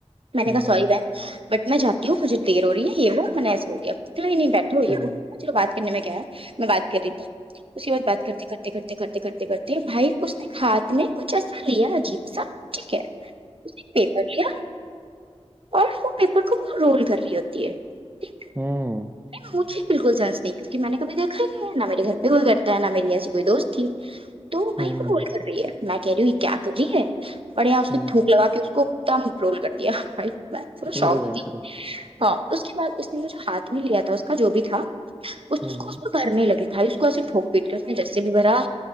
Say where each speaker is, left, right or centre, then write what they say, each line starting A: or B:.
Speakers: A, on the right (about 55°); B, on the right (about 15°).
A: میں
B: ہوں
A: نے کہا سوری بہن بٹ میں جاتی ہوں مجھے دیر ہو رہی ہے یہ وہ میں نے ایسے ہو رہیا توئی نہیں بیٹھ ہو یہ
B: ہوں
A: ہے
B: ہوں
A: وہ بات کرنے میں کیا ہے میں بات کر رہی تھی اس کے بعد بات کرتے کرتے کرتے کرتے کرتے کرتے کرتے بھائی اس نے ہاتھ میں کچھ ایسا لیا عجیب سا ٹھیک ہے اس پیپر لیا اور وہ پیپر کو وہ رول کری ہوتی ہے ٹھیک
B: ہوں
A: مجھے بالکل سنس نہیں کیونکہ میں نے کبھییکھا ہی نہیں نہ میرے گھر پہ کوئی کرتا ہے نہ میری ایسی کوئی دوست تھی تو بھائی
B: ہاں
A: وہ رول کر رہی ہے میں کہہ رہی ہوں کیا کر رہی ہے بڑھیا اس
B: ہاں
A: نے تھوک لگا کے اس کو دم رول کر دیا بھائی میں تھوڑا شوق
B: ارے
A: ت
B: باپ رے
A: ہاں اس کے بعد اس نے م جو ہاتھ میں لیا تھا اس کا جو بھی تھا اس
B: ہاں
A: اس کو
B: ہاں
A: اس کو گھرنے لگ تھاھائی اس کو ایسے ٹوک پیٹ کے اس نے جیسے بھی بھرا